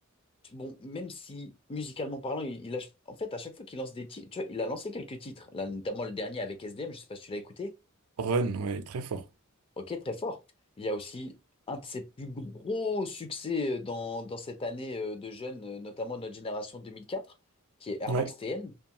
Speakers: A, on the left; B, on the right.
A: tu- bon, même si musicalement parlant, il, il a, en fait, à chaque fois qu'il lance des titres, tu vois, il a lancé quelques titres, là, notamment le dernier avec S D SDM, je sais pas si tu l'as écouté,
B: Run, ouais, très fort.
A: Ok, très fort. Il y a aussi un de ses plus gros succès euh, dans, dans cette année euh, de jeunes, euh, notamment notre génération 2004, qui est Air
B: Ouais,
A: Max TN.